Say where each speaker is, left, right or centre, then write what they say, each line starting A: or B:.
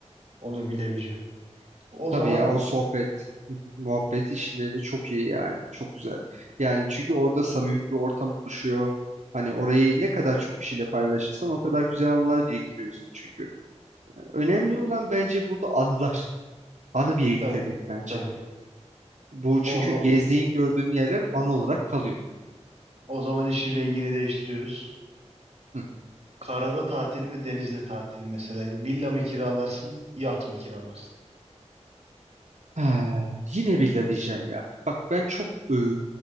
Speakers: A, on the right; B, on the right.
A: onu bilemeyeceğim. O
B: Tabii
A: zaman
B: ya o sohbet, <laughs> muhabbet işleri çok iyi yani. Çok güzel. Yani çünkü orada samimi bir ortam oluşuyor. Hani orayı ne kadar çok kişiyle paylaşırsan o kadar güzel anılar biriktiriyorsun çünkü. Önemli olan bence burada anılar. Anı biriktirmek
A: tabii
B: bence.
A: tabii.
B: Bu çünkü
A: O, za-
B: gezdiğin gördüğün yerler anı olarak kalıyor.
A: o zaman işin rengini değiştiriyoruz.
B: Hı.
A: Karada tatil mi denizde tatil mi? mesela villa mı kiralarsın yat mı kiralarsın?
B: Ha, yine villa diyeceğim ya. Bak ben çok e,